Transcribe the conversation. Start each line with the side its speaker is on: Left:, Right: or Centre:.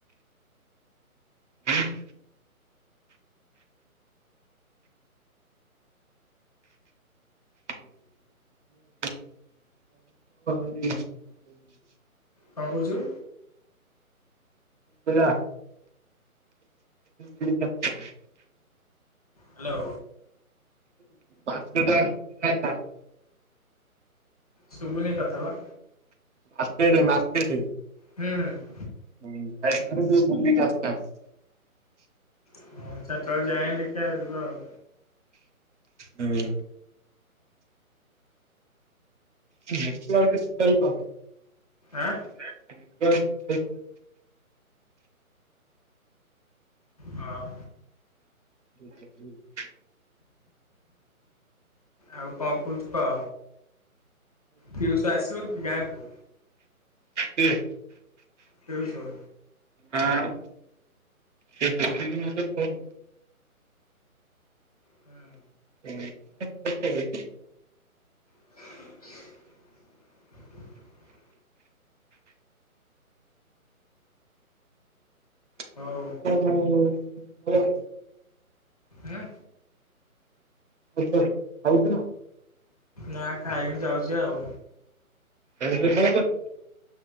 Right: ମାର୍କେଟ <inaudible> <inaudible>
Left: କଣ କହୁଛୁ?
Right: <unintelligible> ନାଁ <unintelligible>
Left: ହାଲୋ।
Right: ପାଞ୍ଚ ଟା ଆଡକୁ ଯାଇଥାନ୍ତେ।
Left: ଶୁଭୁନି କଥା ବା।
Right: Market market.
Left: ହୁଁ, ହୁଁ।
Right: ହୁଁ ଖାଇ ସାରେ ତୁ- ବୁଲିକି ଆସିଥାନ୍ତେ।
Left: ଚାରିଟାବେଳୁ ଯାଏଁ ଦେଖିଆ ଯିବା ଆଉ।
Right: ହୁଁ। <unintelligible> ସକାଳୁ ତ
Left: ଆଁ।
Right: <inaudible>
Left: ଅ ହ।
Right: <unintelligible>
Left: ଆଉ କଣ କହୁଛୁ କହ? ପିଉସ ଆସିବ କି ଗାଁକୁ?
Right: କିଏ।
Left: ପିୟୁଷ।
Right: ଆଁ ସେ ଦେଖିକି ନହେଲେ କହୁ।
Left: ହୁଁ।
Right: ହୁଁଛି <unintelligible>
Left: ହ <unintelligible> <inaudible>
Right: ହଁ
Left: ହଉ
Right: <unintelligible>
Left: ଉଁ
Right: ଛ ଖାଉଛି ନା <inaudible>
Left: ନା ଖାଇନି ଯାଉଛି ଆଉ।
Right: ଆଉ ଏବେ କଣ କରୁଛୁ?